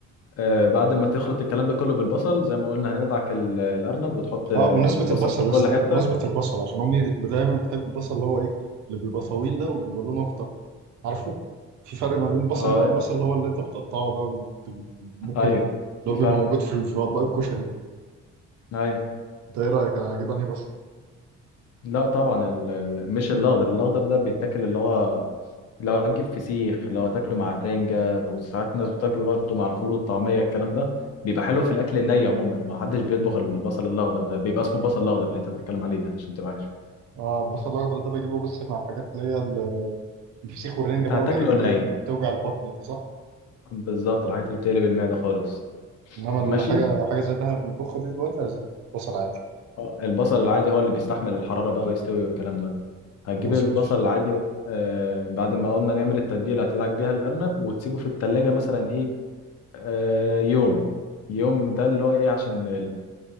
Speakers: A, on the left; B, on the right.
A: آه، بعد ما تخلط الكلام ده كله بالبصل زي ما قلنا هندعك ال- الارنب وتحط البصل
B: اه بمناسبة البصل
A: في
B: يا
A: كل
B: اسطى
A: حته
B: بمناسبة البصل عشان امي دايما بتحب البصل اللي هو ايه اللي بيبقى طويل ده وبيبقى لونه اخضر عارفه في فرق ما بين البصل
A: اه
B: ده والبصل اللي هو اللي انت بتقطعه ده بت- ممكن
A: ايوه
B: اللي
A: في
B: هو بيبقى
A: فرق
B: موجود في في اطباق الكشري ده
A: ايوه
B: انت ايه رايك اجيب انهي بصل؟
A: لا طبعا ال... ال- مش الاخضر الاخضر ده بيتاكل اللي هو لو هتجيب فسيخ لو هتاكله مع رنجة وساعات الناس بتاكله برضه مع الفول والطعمية الكلام ده بيبقى حلو في الأكل الني عموما ما حدش بيطبخ البصل الأخضر ده بيبقى اسمه بصل الأخضر اللي أنت بتتكلم عليه ده عشان تبقى عارف
B: اه البصل الاخضر ده بجيبه بس مع الحاجات اللي هي ال- الفسيخ والرنجة
A: أنت
B: بقى
A: هتاكله
B: والحاجات اللي
A: ني
B: هي اللي بتوجع البطن دي صح؟
A: بالظبط الحاجات اللي بتقلب المعدة خالص
B: انما
A: ماشي
B: الحاجة حاجة زي اللي احنا بنطبخها دي دلوقتي عايزين بصل عادي
A: آه، البصل العادي هو اللي بيستحمل الحرارة بقى ويستوي والكلام ده هتجيب
B: خلاص
A: البصل
B: ماشي
A: العادي آه بعد ما قلنا نعمل التتبيلة هتدعك بيها الأرنب وتسيبه في التلاجة مثلا إيه آه يوم يوم ده اللي هو ايه عشان